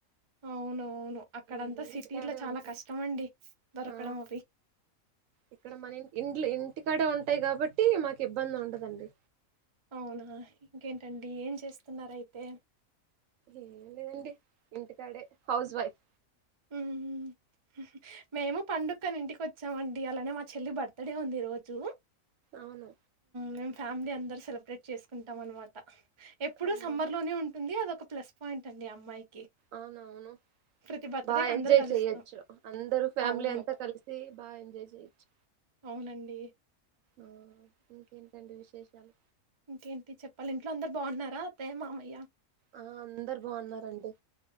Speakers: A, on the right; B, on the right.
A: అవును అవును అక్కడంతా
B: ఉమ్,
A: సిటీలో
B: ఇంటికాడే
A: చాలా
B: ఉంటాయి
A: కష్టం అండి దొరకడం
B: ఆ
A: అవి
B: ఇక్కడ మన ఇంట్ ఇంటికాడే ఉంటాయి కాబట్టి మాకు ఇబ్బంది ఉండదండి
A: అవునా ఇంకేంటండి ఏం చేస్తున్నారయితే
B: ఏం లేదండి ఇంటికాడే హౌస్ వైఫ్
A: ఉమ్ మేము పండుక్కని ఇంటికి వచ్చామండి అలానే మా చెల్లి బర్త్డే ఉంది ఈ రోజు
B: అవును
A: మేం ఫ్యామిలీ అందరు సెలబ్రేట్ చేసుకుంటాం అన్నమాట ఎప్పుడు
B: అవును
A: సమ్మర్ లోనే ఉం ఉంది అది ఒక ప్లస్ పాయింట్ అండి ఆ అమ్మాయికి
B: అవునవును
A: ప్రతి బర్త్డేకి
B: బా
A: అందరు
B: ఎంజాయ్
A: కలుస్తాం
B: చెయచ్చు అందరూ ఫ్యామిలీ
A: అవును
B: అంతా కలిసి బాగా ఎంజాయ్ చెయొచ్చు
A: అవునండి
B: ఆ ఇంకేంటండి విశేషాలు
A: ఇంకేంటి చెప్పాలి ఇంట్లో అందరు బాగున్నారా అత్తయ్య మామయ్య
B: ఆ అందరు బాగున్నారండి